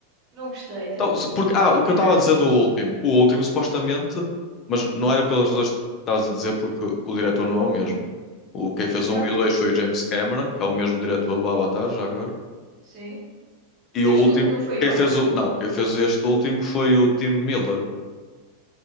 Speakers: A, on the right; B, on the left.
A: Não gostei também.
B: Então, se- porque, ah,
A: Fiquei
B: o que eu estava
A: mesmo
B: a dizer
A: triste.
B: do último. O último, supostamente, mas não era pelas razões que estavas a dizer, porque o diretor não é o mesmo. O, quem fez
A: Então,
B: o um e o 2 foi o James Cameron, que é o mesmo diretor do Avatar, já agora.
A: sim.
B: E
A: E
B: o
A: este
B: último,
A: último não foi
B: quem
A: eu?
B: fez o. Não, quem fez este último foi o Tim Miller.